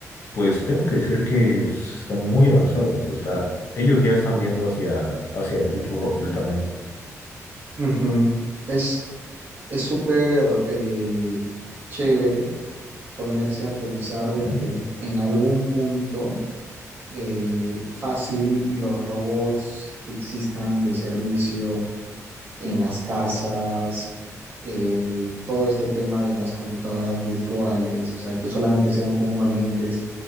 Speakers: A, on the left; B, on the right.
A: Pues tengo que decir que están muy avanzados. Está, ellos ya están viendo hacia, hacia el futuro completamente.
B: Ujú. Es, es súper eh, chévere ponerse a pensar de
A: Ujú.
B: que en algún punto eh, fácil los robots que existan de servicio en las casas, eh, todo este tema de las computadoras virtuales, o sea, que solamente sean con unos lentes,